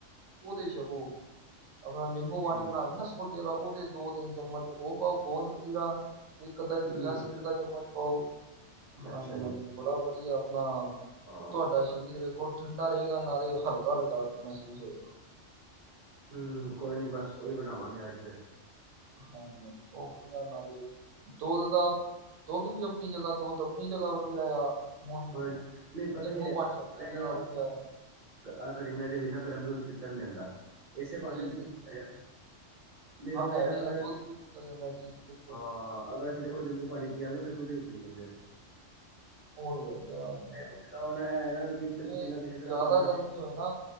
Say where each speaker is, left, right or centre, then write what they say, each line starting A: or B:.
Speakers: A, on the right; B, on the right.
A: ਉਹਦੇ ਛਕੋ ਆਪਣਾ ਨਿੰਮ। ਨਿੰਬੂ ਵਾਣੀ
B: ਠੀਕ
A: ਬਣਾ ਕੇ ਨਾ ਸੋਡੇ ਵਾਲਾ ਉਹਦੇ ਦੋ ਤਿੰਨ ਚਮਚ ਉਹ ਪਾਓ ਗੋਂਦ ਕਤੀਰਾ ਇੱਕ ਅੱਧਾ ਚੀਆ
B: ਹੂੰ
A: ਸੀਟ ਦਾ ਚਮਚ ਪਾਓ
B: ਅੱਛਾ
A: ਹਾਂਜੀ
B: ਜੀ
A: ਹਾਂਜੀ ਬੜਾ ਵਧੀਆ ਆਪਣਾ
B: ਹਾਂ
A: ਤੁਹਾਡਾ ਸਰੀਰ ਵੇਖੋ ਠੰਡਾ ਰਹੇਗਾ ਨਾਲੇ ਹਲਕਾ ਹਲਕਾ ਮਹਿਸੂਸ ਹੋਏਗਾ
B: ਹਮ ਕੋਈ ਨੀ ਬਸ ਉਹੀ ਬਣਾਵਾਂਗੇ ਅੱਜ ਫਿਰ
A: ਹਾਂਜੀ ਹਾਂਜੀ ਉਹ ਵਧੀਆ ਨਾਲੇ ਦੁੱਧ ਦਾ ਦੁੱਧ ਵੀ ਆਪਣੀ ਜਗ੍ਹਾ ਦੁੱਧ ਆਪਣੀ ਜਗ੍ਹਾ ਵਧੀਆ ਆ ਹੁਣ
B: ਹਾਂ ਨਹੀਂ ਪਤਾ
A: ਨਿੰਬੂ
B: ਕੀ ਹੈ
A: ਪਾਣੀ ਆਪਣੀ ਜਗ੍ਹਾ
B: ਨਾ
A: ਵਧੀਆ ਹੈ
B: ਆਹ ਗਰਮੀਆਂ ਦੇ ਵੀ ਨਾ ਗਰਮ ਦੁੱਧ ਪੀਤਾ ਨੀ ਜਾਂਦਾ ਇਸੇ ਬਹਾਨੇ
A: ਜੀ
B: ਦੁੱਧ
A: ਨਹੀਂ ਪੀਤਾ
B: ਜਾ ਨਹੀਂ
A: ਹਾਂ
B: ਤਾਂ ਫੇਰ
A: ਇਹ ਵੀ
B: ਅਗਰ
A: ਆ ਦੁੱਧ ਵੀ ਪੀਤਾ ਜਾਂਦਾ ਜੀ ਬਿਲਕੁਲ
B: ਹਾਂ ਅਗਰ ਜਦੇ ਕੋਲ ਨਿੰਬੂ ਪਾਣੀਵਾਂ ਫਿਰ ਦੁੱਧੀ ਨਈ ਪੀ ਸਕਦੇ
A: <unintelligible>
B: ਕ ਹੈ ਨਾ ਦੁਧ ਤਾਂ
A: ਜੇ
B: ਕਿਸੇ ਨਾ ਕਿਸੇ ਤਰ੍ਹਾਂ
A: ਜ਼ਿਆਦਾ
B: ਅੰਦਰ
A: ਗਰਮੀ ਹੋਏ ਨਾ